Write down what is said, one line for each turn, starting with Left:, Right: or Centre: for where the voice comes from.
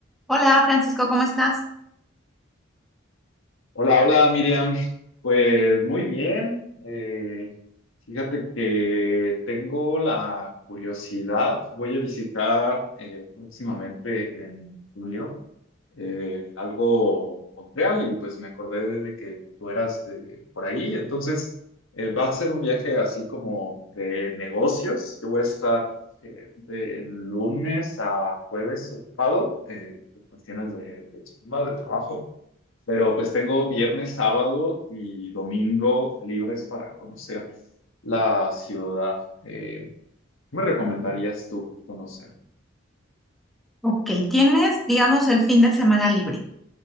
Centre: Hola Francisco, ¿cómo estás?
Left: Hola, hola Miriam. Pues muy bien. Eh, fíjate que tengo la curiosidad. Voy a visitar eh, próximamente en julio eh, algo Montreal y pues me acordé de que tú eras de por ahí. Entonces eh, va a ser un viaje así como de negocios. Yo voy a estar eh, de lunes a jueves ocupado eh, por cuestiones de, de chamba, de trabajo. Pero pues tengo viernes, sábado y domingo libres para conocer la ciudad. Eh, ¿qué me recomendarías tú conocer?
Centre: Ok, tienes, digamos, el fin de semana libre.